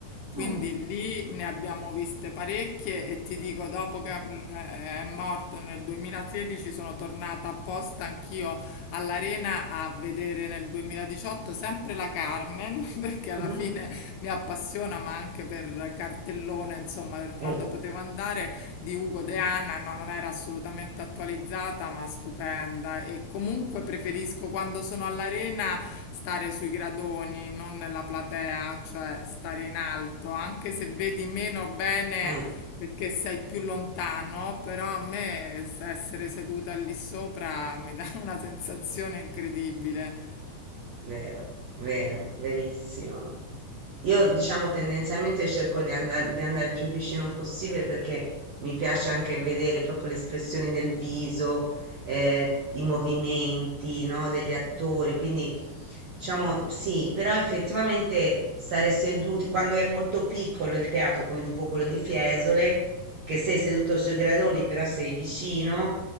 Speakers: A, on the left; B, on the right.
A: quindi
B: Ah.
A: lì ne abbiamo viste parecchie e ti dico, dopo che mm, è morto nel 2016 sono tornata apposta anch'io all'arena a vedere nel 2018 sempre la Carmen, <laughs> perché alla
B: Mhm.
A: fine mi appassiona, ma anche per cartellone, insomma, per quando
B: Eh.
A: potevo andare di Ugo
B: Mm.
A: De Anna, no, non era assolutamente attualizzata, ma stupenda. E comunque preferisco quando sono all'arena stare sui gradoni, non nella platea, cioè stare in alto, anche se vedi meno bene
B: Eh.
A: perché sei più lontano, però a me s- essere seduta lì sopra mi dà una sensazione incredibile.
B: Vero, vero, verissimo. Io diciamo tendenzialmente cerco di andare, di andare il più vicino possibile perché mi piace anche vedere proprio le espressioni del viso, eh, i movimenti, no, degli attori. Quindi diciamo sì, però effettivamente stare seduti, quando è molto piccolo il teatro, come tipo quello di Fiesole, che sei seduto sui gradoni, però sei vicino,